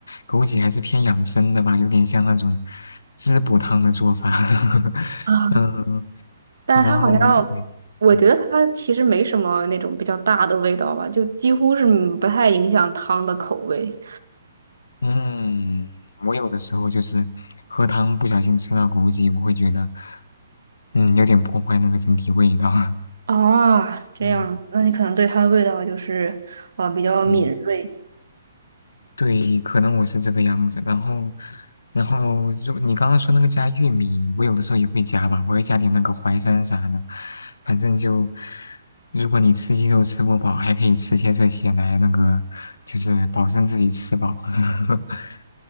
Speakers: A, on the left (about 80°); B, on the right (about 80°).
A: 枸杞还是偏养生的吧，有点像那种滋补汤的做法。<laughs>
B: 啊，
A: 嗯，
B: 但是它好像，
A: 然后对，
B: 我觉得它其实没什么那种比较大的味道吧，
A: 嗯，
B: 就几乎是嗯不太影响汤的口味。
A: 嗯我有的时候就是喝汤不小心吃到枸杞，我会觉得嗯有点破坏那个整体味道。<laughs>
B: 啊，这样，
A: 嗯，
B: 子。那你可能对它的味道就是，呃，比较敏锐。
A: 对。对，可能我是这个样子。然后，然后，如你刚刚说那个加玉米，我有的时候也会加吧，我会加点那个淮山啥的。反正就，如果你吃鸡肉吃不饱，还可以吃些这些来那个，就是保证自己吃饱。<laughs>